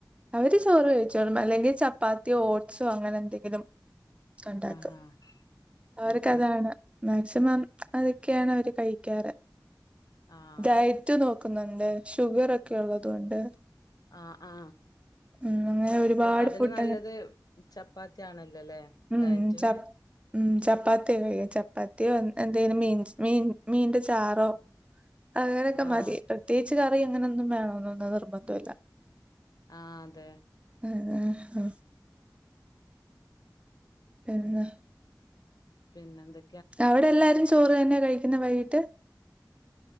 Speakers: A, on the right (about 15°); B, on the left (about 65°).
A: അവര് ചോറ് കഴിച്ചോളും അല്ലെങ്കിൽ ചപ്പാത്തിയോ ഓട്സോ അങ്ങനെ എന്ത ങ്കിലും ക്കെണ്ടാക്കും
B: ആഹാ
A: അവർക്കതാണ്
B: ഉം ഉം
A: മാക്സിമം അത് ക്കെയാണ് അവര് കഴിക്കാറ്
B: ആഹ്
A: ഡയ നോക്കുന്നുണ്ട് ഷുഗർ ഒക്കെ ഉള്ളത് കൊണ്ട്
B: ആ ആ
A: ഉം. അങ്ങനെ ഒരുപാട്
B: അപ്പൊ അതിന്
A: ഫുഡ്
B: നല്ലത്
A: അങ്ങനെ
B: ചപ്പാത്തിയാണല്ലോല്ലേ
A: ഉം
B: ഡയിറ്റിന്
A: ച ഉം ചപ്പാത്തി ചപ്പാത്തിയോ എന്തേ മീൻ മീൻ മീന്റെ ചാറോ അങ്ങനൊക്കെ
B: ആഹ്
A: മതി പ്രത്യേകിച്ച് കറി അങ്ങനൊന്നും വേണന്നൊന്നും നിർബന്ധോല്ല
B: ആഹ് അതെ
A: ഹ് ഹ് ഹാ പിന്നേ
B: പിന്നെ എന്തെ
A: അവിടെ എല്ലാരും ചോറ് തന്നെയാ കഴിക്കുന്നേ വൈകിട്ട്